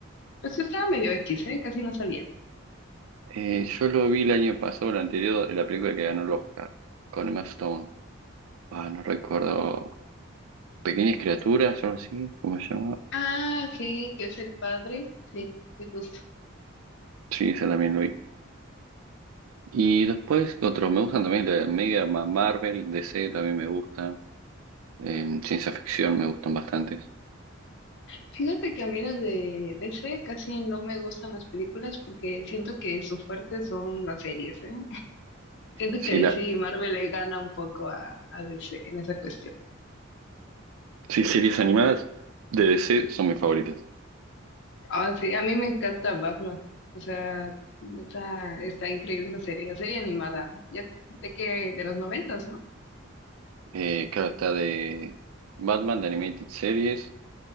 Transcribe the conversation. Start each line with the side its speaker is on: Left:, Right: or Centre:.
Left: pues estaba medio X, ¿eh? Casi no salía.
Right: Eh, yo lo vi el año pasado, el anterior, en la película que ganó el Oscar, con Emma Stone. Ah, no recuerdo. Pequeñas criaturas, algo así, ¿cómo se llama?
Left: Ah, sí, que es el padre. Sí, sí, justo.
Right: Sí, esa también lo vi. Y después, otros, me gustan también la Mega Ma- Marvel, DC también me gustan. eh, ciencia ficción me gustan bastantes.
Left: Fíjate que a mí las de DC casi no me gustan las películas porque siento que su fuerte son las series, ¿eh? Siento
Right: Sí,
Left: que ahí
Right: la,
Left: sí Marvel le gana un poco a, a DC en esa cuestión.
Right: sí, series animadas de DC son mis favoritas.
Left: Ah, sí, a mí me encanta Batman. O sea, neta, está increíble esa serie, la serie animada. Ya de que de los noventas, ¿no?
Right: Eh, claro, está de Batman, de Animated Series.